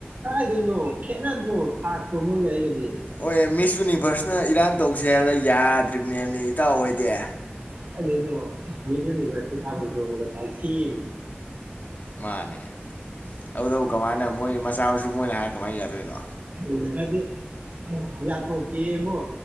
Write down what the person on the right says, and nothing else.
ꯀꯔꯤꯅꯣ ꯈꯦꯠꯅꯗ꯭ꯔꯣ ꯊꯥꯛꯇꯣ ꯃꯣꯏꯒ ꯑꯩꯒꯗꯤ?
<unintelligible> <unintelligible> ꯃꯤꯁ ꯌꯨꯅꯤꯚꯖꯇꯣ ꯊꯥꯕꯜ ꯆꯣꯡꯕꯗ ꯄꯥꯏꯊꯦꯛꯏꯅꯤ꯫
ꯎ ꯍꯥꯏꯗꯤ ꯌꯥꯊꯣꯛꯀꯦꯕꯣ